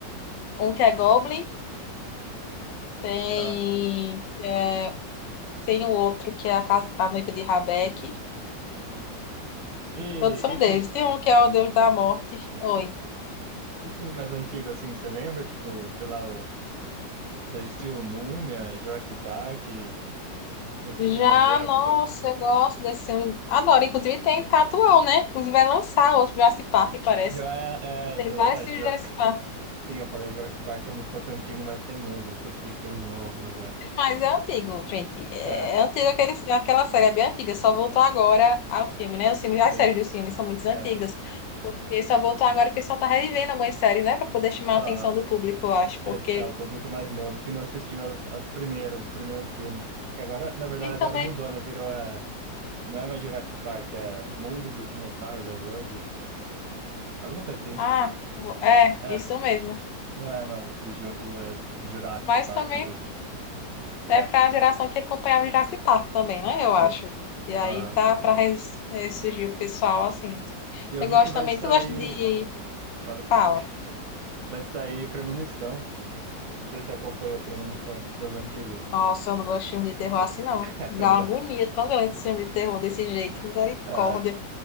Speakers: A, on the left (about 80°); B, on the right (about 80°).
A: Um que é Goblin, tem.
B: ah.
A: que é- Tem o outro que é a Casa da Noiva de Rabeque.
B: E,
A: Todos são
B: e, filme,
A: deuses. Tem um que é o Deus da Morte. Oi.
B: e filme mais antigo, assim, você lembra? Tipo, sei lá, o, você assistiu Múmia, Jurassic Park, esses
A: Já,
B: filmes mais de época?
A: nossa, eu gosto desse filme. Agora, inclusive, tem tatuão né? Inclusive, vai lançar outro Jurassic Park, parece.
B: Já é, é,
A: Tem
B: eu tô,
A: vários
B: é,
A: filmes
B: Jur-
A: de Jurassic
B: <laughs>
A: Park,
B: sim, eu falei Jurassic Park como se fosse antigo, mas tem novo, eu esqueci que tem os novos agora.
A: mas é antigo, gente. É,
B: É,
A: é antigo, aquele, aquela série é bem antiga, só voltou agora ao filme, né? Os filmes, as
B: sim,
A: séries dos filmes são muito antigas,
B: é.
A: porque só voltou agora porque só tá revivendo algumas séries, né? Pra poder chamar
B: Aham.
A: a atenção do público, eu acho, porque...
B: É, é o público mais novo que não assistiu as, as primeiras, os primeiros filmes. Que agora, na verdade,
A: E também...
B: agora mudou, né? Virou é, não é mais Jurassic Park, é Mundo dos Dinossauros, é World, alguma coisa assim.
A: Ah, é,
B: É,
A: isso mesmo.
B: n- não é mais o, Ju- o, é Jurassic
A: Mas
B: Park
A: também
B: mesmo. É,
A: É para a geração que acompanhava o Jurassic Park também, né?
B: sim.
A: Eu acho. E aí
B: Aham.
A: tá para ressurgir o pessoal assim.
B: E eu
A: Eu
B: vi
A: gosto
B: que vai
A: também.
B: sair,
A: Tu gosta de.
B: falei,
A: Fala.
B: vai sair Premonição. Não sei se você acompanha a Premonição das antigas.
A: Nossa, eu não gosto de filme de terror assim, não.
B: <laughs> É,
A: Dá
B: tu não
A: uma
B: gosta.
A: agonia tão grande esse filme de terror desse jeito, misericórdia.
B: É,